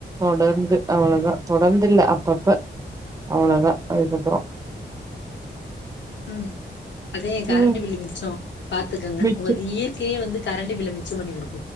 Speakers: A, on the right; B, on the left.
A: தொடர்ந்து அவ்வளோதான் தொடர்ந்து இல்ல அப்பப்ப அவ்ளோதான் அதுக்கப்பறம்
B: உம் அதே கேரண்டி
A: ம்
B: பில்லு மிச்சோம் பாத்துக்கங்க
A: மிச்ச
B: உங்களுக்கு இயற்கையே வந்து கரெண்ட்டு பில்ல மிச்சம் பண்ணி குடு